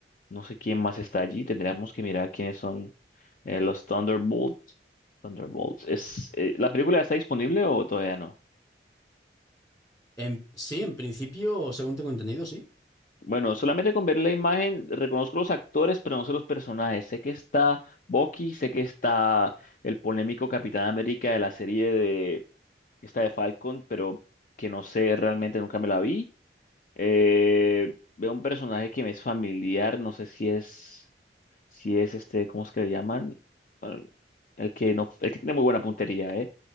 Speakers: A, on the left; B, on the left.
A: No sé quién más está allí. Tendríamos que mirar quiénes son eh, los Thunderbolts. Thunderbolts. ¿Es, eh, la película está disponible o todavía no?
B: En, sí, en principio, según tengo entendido, sí.
A: Bueno, solamente con ver la imagen reconozco los actores, pero no sé los personajes. Sé que está Bucky, sé que está el polémico Capitán América de la serie de esta de Falcon, pero que no sé realmente, nunca me la vi. Eh, veo un personaje que me es familiar, no sé si es, si es este, ¿cómo es que le llaman? Bueno, el que no, el que tiene muy buena puntería, ¿eh?